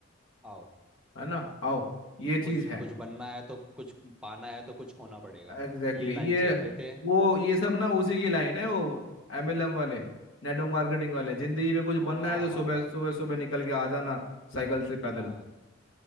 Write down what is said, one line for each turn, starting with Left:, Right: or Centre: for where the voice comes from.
Centre: आओ
Left: है ना आओ ये
Centre: कुछ
Left: चीज है
Centre: कुछ बनना है तो कुछ पाना है तो कुछ खोना पड़ेगा
Left: Exactly
Centre: ये
Left: exactly.
Centre: लाइन
Left: ये
Centre: शेप देते हैं
Left: वो ये सब ना उसी की लाइन है वो एमएलएम वाले नेटवर्क मार्केटिंग वाले जिंदगी में कुछ बनना
Centre: ओ वाह
Left: है तो सुबह
Centre: वाह वाह
Left: सुबह सुबह निकल के आ जाना साइकिल से पैदल
Centre: हाँ